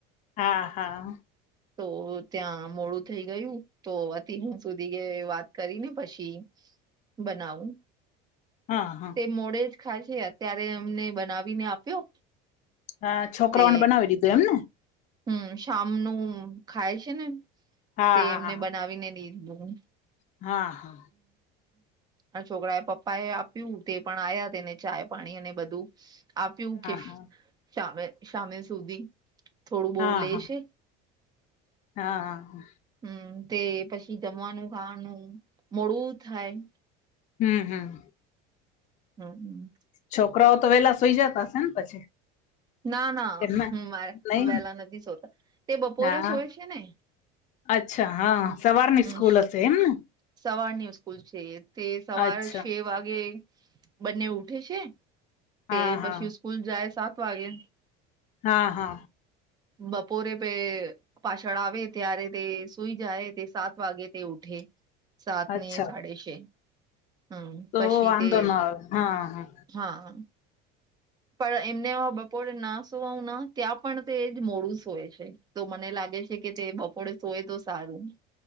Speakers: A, on the left; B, on the right.
A: હા હા
B: તો ત્યાં મોડું થઈ ગયું તો અતિ હું સુધી વાત કરી ને પછી બનાવું
A: હા હા
B: તે મોડે જ ખાય છે અત્યારે અમને બનાવીને આપ્યો
A: હ છોકરાઓને
B: તે
A: બનાવી દીધું એમને
B: હમ, શામનું ખાય છે ને,
A: હા
B: તે એમને
A: હા
B: બનાવીને લીધું.
A: હા, હા.
B: આ છોકરા એ પપ્પા એ આપ્યું, તે પણ આવ્યા, તેને ચાય, પાણી અને બધું. આપ્યું કે,
A: હા
B: સામે સામે સુધી. થોડું બહુ
A: હા,
B: લેશે
A: હા.
B: હમ, તે પછી જમવાનું-ખાવાનું, મોડું થાય.
A: હમ, હમ.
B: હમ, હમ.
A: છોકરાઓ તો વેહેલા સુઈ જતા હશે ને પછી.
B: ના, ના,
A: એમના
B: મારે
A: નહી
B: વહેલા નથી સોતા, તે બપોરે
A: હા
B: સ હોય છે ને.
A: અચ્છા, હા, સવારની
B: હમ
A: સ્કૂલ હશે એમ ને.
B: સવારની સ્કૂલ છે, તે સવાર
A: અચ્છા
B: છ વાગે. બંને ઉઠે છે, તે
A: હા
B: પછી
A: હા
B: સ્કૂલ જાય સાત વાગે.
A: હા, હા.
B: બપોરે પે. પાછળ આવે, ત્યારે તે સુઈ જાય, તે સાત વાગે તે ઉઠે. સાત ને
A: અચ્છા
B: સાડે છે. હમ
A: તો
B: પછી
A: વાંધો
B: તે
A: ના આવે, હા, હા.
B: હા. પણ એમને બપોરે ના સોવાના, ત્યાં પણ તે જ મોડું સોય છે, તો મને લાગે છે કે તે બપ થોડે સોય, તો સારું.